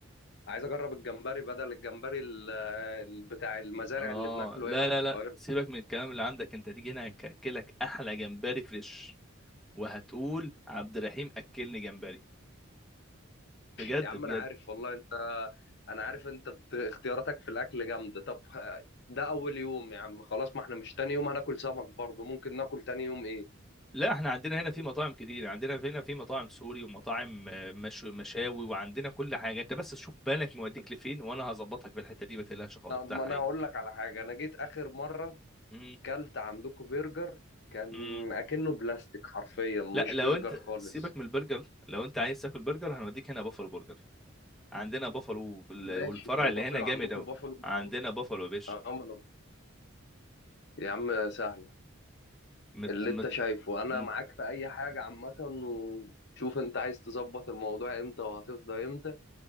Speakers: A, on the left; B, in the centre.
A: عايز اجرب الجمبري بدل الجمبري ال- آه، ال- بتاع المزارع
B: اه
A: اللي بناكله
B: لا
A: هنا في
B: لا
A: القاهره
B: لا سيبك من الكلام اللي عندك انت تيجي هنا هاكلك احلى جمبري فريش وهتقول عبد الرحيم اكلني جمبري بجد
A: يا عم
B: بجد
A: انا عارف والله انت انا عارف انت بت... اختياراتك في الاكل جامده طب آه، ده اول يوم يا عم خلاص ما احنا مش تاني يوم هناكل سمك برضه ممكن ناكل تاني يوم ايه
B: لا احنا عندنا هنا في مطاعم كتير عندنا هنا في مطاعم سوري ومطاعم آه، مشو مشاوي وعندنا كل حاجه انت بس شوف بالك موديك لفين وانا هظبطك في الحته دي ما تقلقش خالص
A: آه، ما
B: ده حقيقي
A: انا هقول لك على حاجه انا جيت اخر مره
B: مم،
A: كلت عندكم برجر كان
B: مم.
A: اكنه بلاستيك حرفيا مش
B: لا لو
A: برجر
B: انت
A: خالص
B: سيبك من البرجر لو انت عايز تاكل برجر هنوديك هنا بافلو برجر عندنا بافلو وال-
A: ماشي
B: والفرع
A: لو
B: اللي
A: بافلو
B: هنا جامد
A: عندكم
B: اوي
A: بافلو مبروك
B: عندنا بافلو يا باشا
A: اه ما أنا- يا عم سهله
B: مت
A: اللي انت
B: مت
A: شايفه انا
B: م-
A: معاك في اي حاجه عامه وشوف انت عايز تظبط الموضوع امتى وهتفضى امتى